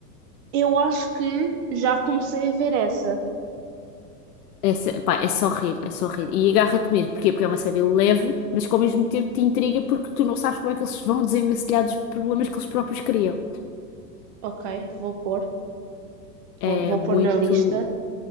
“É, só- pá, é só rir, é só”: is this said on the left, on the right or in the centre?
Left